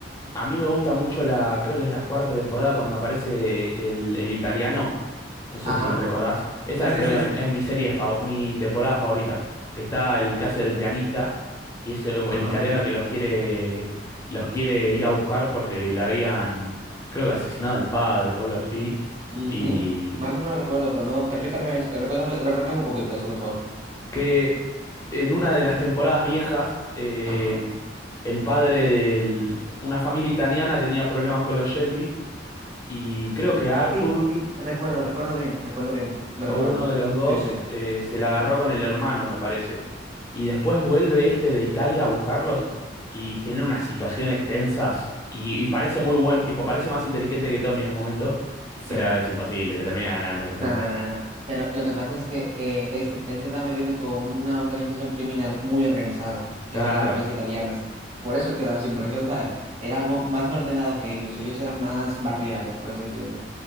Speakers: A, on the left (about 20°); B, on the right (about 35°).
A: A mí me gusta mucho la, creo que es la cuarta temporada cuando aparece el, el italiano. No sé
B: Ajá,
A: si recordás. Esa
B: sí, sí,
A: creo
B: sí, sí.
A: que es mi serie, fav- mi temporada favorita. Que está el que hace del pianista y es eh,
B: Ajá.
A: el italiano que los quiere, los quiere ir a buscar porque le habían, creo que asesinado al padre o algo así.
B: ujú.
A: Y
B: Más o menos recuerdo, pero no, explícame, recuérdame, refrescame un poquito eso, por favor.
A: que en una de las temporadas viejas, eh,
B: Ajá.
A: el padre de una familia italiana tenía problemas con los Shelby y creo que Arthur.
B: Sí, sí, recuerdo, recuerdo bien, recuerdo bien, lo
A: o
B: recuerdo.
A: uno de los dos
B: Sí, sí.
A: eh, se la agarró con el hermano, me parece. Y después vuelve este de Italia a buscarlos y genera unas situaciones tensas. Y, y parece muy buen, tipo, parece más inteligente que Tommy en un momento,
B: Sí.
A: pero es imposible, le termina ganando claramente.
B: No, no, no, no. Pero lo que pasa es que eh, él, se, él se está metiendo con una organización criminal muy organizada,
A: Claro.
B: que son las mafias italianas. Por eso es que daba esa impresión, ¿sabes? Era algo más ordenado que ellos. Ellos eran más barriales, por así decirlo.